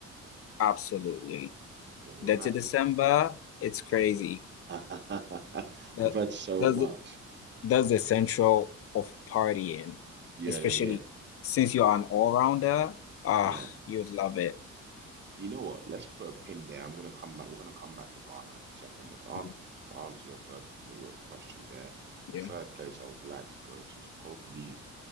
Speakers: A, on the left; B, on the right.
A: absolutely.
B: Okay, we're
A: That's
B: gonna
A: in December. It's crazy.
B: <laughs>
A: That
B: I've heard so
A: that's
B: much.
A: the- that's the central of partying,
B: Yeah,
A: especially
B: yeah, yeah.
A: since you're an all-rounder. Ah,
B: Yeah.
A: you'd love it.
B: You know what? Let's put a pin there. I'm gonna come back. We're gonna come back to Ghana in a second. But to
A: Mhm.
B: answer to answer your third to your question there, the
A: Yeah.
B: third place I would like to go to is probably